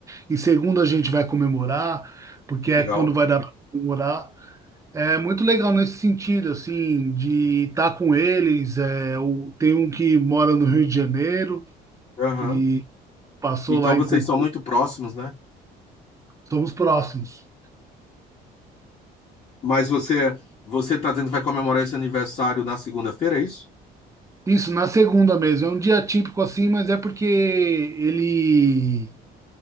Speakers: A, on the right; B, on the left.
A: e segundo a gente vai comemorar, porque é
B: legal.
A: quando vai dar para comemorar. É muito legal nesse sentido, assim, de estar com eles. É, o- tem um que mora no Rio de Janeiro
B: Aham.
A: e passou
B: Então
A: lá
B: vocês
A: em Concórdia.
B: são muito próximos, né?
A: Somos próximos.
B: Mas você, você tá dizendo que vai comemorar esse aniversário na segunda-feira, é isso?
A: Isso, na segunda mesmo. É um dia típico assim, mas é porque ele